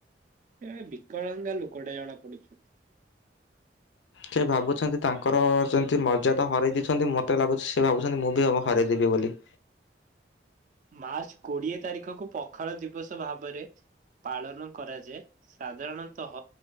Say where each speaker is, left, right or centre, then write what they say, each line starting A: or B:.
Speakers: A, on the right (about 45°); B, on the left (about 80°).
A: ଏ ବିକଳଙ୍ଗା ଲୋକଟା ଜଣା ପଡୁଚି।
B: ସେ ଭାବୁଚନ୍ତି ତାଙ୍କର ଯେମିତି ମର୍ଯ୍ୟାାଦା ହରେଇ ଦେଇଚନ୍ତି ମତେ ଲାଗୁଚି ସେ ଭାବୁଚନ୍ତି ମୁଁ ବି ହରେଇ ଦେବି ବୋଲି।
A: ମାର୍ଚ୍ଚ କୋଡିଏ ତାରିଖକୁ ପଖାଳ ଦିବସ ଭାବରେ ପାଳନ କରାଯାଏ। ସାଧାରଣତଃ